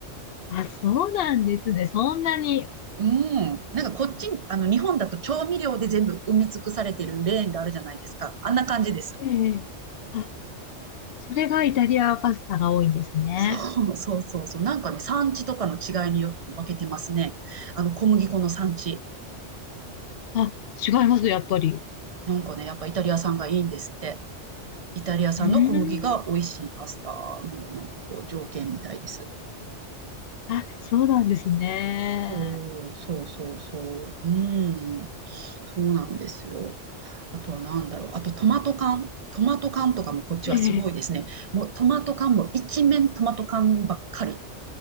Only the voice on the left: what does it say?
あ、そうなんですね。そんなに。
ええ。あ、それがイタリアパスタが多いんですね。
あ、違います、やっぱり。
うーん。あ、そうなんですね。
ええ。